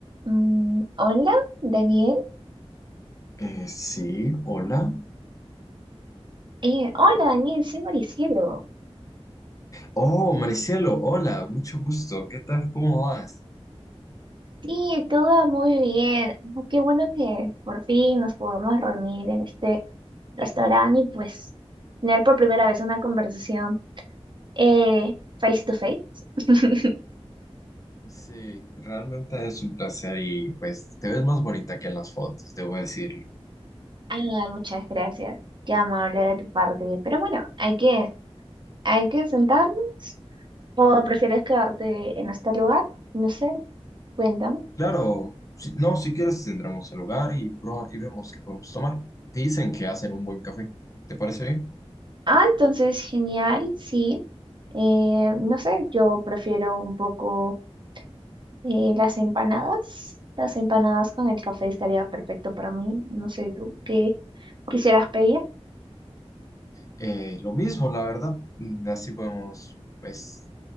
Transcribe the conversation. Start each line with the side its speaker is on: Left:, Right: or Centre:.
Right: Mm, hola, Daniel.
Left: Eh, sí, hola.
Right: Eh, hola, Daniel, soy Maricielo.
Left: Oh, Maricielo, hola, mucho gusto. ¿Qué tal? ¿Cómo vas?
Right: Sí, todo va muy bien. Ah, Qué bueno que por fin nos podemos reunir en este restaurante y pues tener por primera vez una conversación eh, face to face. <laughs>
Left: Sí, realmente es un placer y pues te ves más bonita que en las fotos, debo decirlo.
Right: Ah, muchas gracias. Qué amable de tu parte. Pero bueno, hay que, hay que sentarnos. ¿O prefieres quedarte en este lugar? No sé, cuéntame.
Left: Claro, si- no, si quieres entramos al lugar y, pro- y vemos qué podemos tomar. Dicen que hacen un buen café. ¿Te parece bien?
Right: Ah, entonces genial, sí. Eh, no sé, yo prefiero un poco eh, las empanadas. Las empanadas con el café estaría perfecto para mí. No sé, tú, ¿qué quisieras pedir?
Left: Eh, lo mismo, la verdad. Mm, Así podemos, pues,